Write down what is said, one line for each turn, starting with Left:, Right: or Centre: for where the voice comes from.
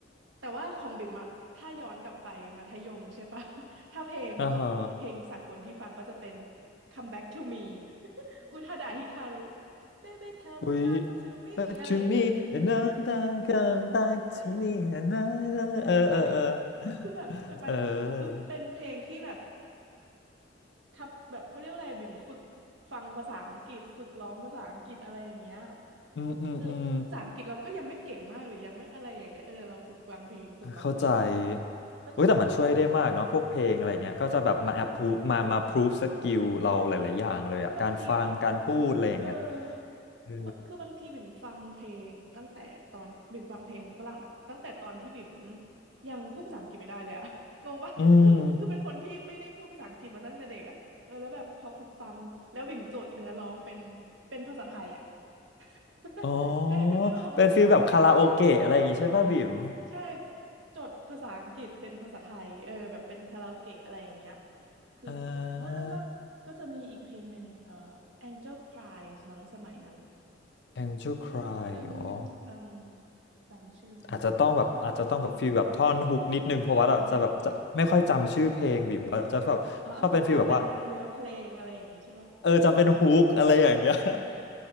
Right: แต่ว่าของบิ่มอะถ้าย้อนกลับไปมัธยมใช่ปะ <laughs> ถ้าเพลง
Left: อ่าฮะ
Right: พวกเพลงสากลที่ฟังก็จะเป็น Come Back to Me <laughs> อุทาดาฮิคารุ baby come
Left: w a
Right: back to me
Left: back
Right: อะไรอย่างเงี้ยใช่ใช่
Left: to me another come back
Right: ใช่
Left: to me another
Right: ใช่ใช่ใช่
Left: เออเออเอ
Right: <laughs>
Left: อ
Right: คือแบบจะไปทางคือเป็นเพลงที่แบบ
Left: เออ
Right: ทำแบบเขาเรียกว่าอะไรบิ่มฝึกฟังภาษาอังกฤษฝึกร้องภาษาอังกฤษอะไรอย่างเงี้ย
Left: อืมอืมอืม
Right: คือภาษาอังกฤษเราก็ยังไม่เก่งมากหรือยังไม่อะไรอย่างเงี้ยเออเราฝึกฟังเพลงฝึกร้องเพลงอะไรอย่างเงี้ยแล้วก็จะมีเออ
Left: เข้าใจเฮ้ยแต่มันช่วยได้มากเนาะพวกเพลงอะไรเงี้ยก็จะแบบมาแอปพูมามาพรูฟสกิลเราหลายๆอย่างเลยอะการฟัง
Right: ใช่ใช่ช่วยได้มาก ใช่คือบางที
Left: การพูดอะไรอย่างเงี้ย
Right: เออคือคือบางทีบิ่มฟังเพลงตั้งแต่ตอนบิ่มฟังเพลงฝรั่งอะตั้งแต่ตอนที่บิ่ม
Left: เออ
Right: ยังพูดภาษาอังกฤษไม่ได้เลยอะ <laughs> งงปะคือคือเป็นคนที่ไม่ได้พูดภาษาอังกฤษมาตั้งแต่เด็กอะเออแล้วแบบพอฝึกฟังแล้วบิ่มจดเนื้อร้องเป็น
Left: อืม
Right: เป็นภาษาไทยอะ <laughs>
Left: อ๋อ
Right: นึกนึกออกว่า
Left: เป็นฟีลแบบคาราโอเกะอะไรอย่างงี้ใช่ป่ะบิ่ม
Right: ใช่ใช่ใช่จดภาษาอังกฤษเป็นภาษาไทยเออแบบเป็นคาราโอเกะอะไรอย่างเงี้ยคืออ๋อแล้วก็
Left: อ่า
Right: ก็จะมีอีกเพลงหนึ่งเอ่อ Angel Cries มั้งสมัยนั้น
Left: Angel Cry
Right: เออเอม
Left: อ๋อ
Right: เอมจำชื่อไม่ได้เออเออเออ
Left: อาจจะต้องแบบอาจจะต้องแบบฟีลแบบท่อนฮุกนิดนึงเพราะว่าอะจะแบบจะไม่ค่อยจำชื่อเพลงบิ่มว่าจะแบบชอบเป็นฟีลแบบว่า
Right: เออเออโอ้เออเออเดี๋ยวอ๋อจำเป็นเนื้อเพลงอะไรอย่างงี้ใช่ป่ะเออ
Left: เออจำเป็นฮุกอะไรอย่างเงี้ย <laughs>